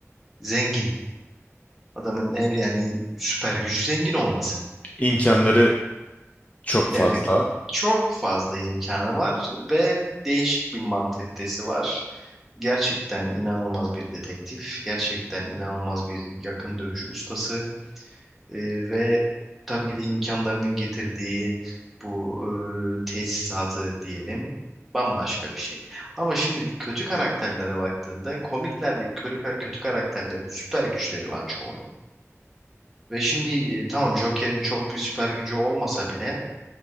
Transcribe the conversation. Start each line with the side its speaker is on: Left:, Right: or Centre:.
Centre: zengin. Adamın en, yani süper gücü zengin olması.
Left: İmkanları çok fazla.
Centre: Yani çok fazla imkanı var ve değişik bir mantalitesi var. Gerçekten inanılmaz bir dedektif, gerçekten inanılmaz bir yakın dövüş ustası Ee, ve tabii ki de imkanlarının getirdiği bu e, tesisatı diyelim bambaşka bir şey. Ama şimdi kötü karakterlere baktığında komiklerdeki kötü, kötü karakterlerin süper güçleri var çoğunun. Ve şimdi e, tamam Joker'in çok bir süper gücü olmasa bile